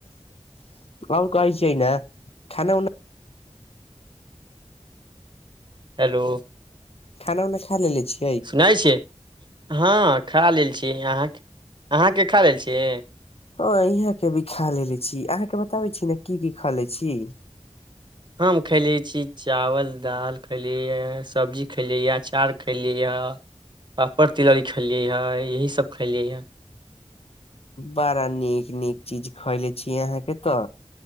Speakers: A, on the left; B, on the right.
A: ओर कहै छै ने खाना उना
B: हेल्लो
A: खाना उना खा लैले छिए
B: सुनै छिय हँ खा लेल छी अहाँ अहाँके खा लेल छिए
A: ह इहाँ के भी खा लेलेे छी अहाँके बताबै छी ने की की खा ले छि
B: हम खेलियै छी चावल दालि खेलियैए सब्जी खेलियैए अचार खेलिएयैया पापड़ तिलौरी खेलियै य यही सब खेलियै
A: बङा नीक नीक चीज खयले छीय अहाँके त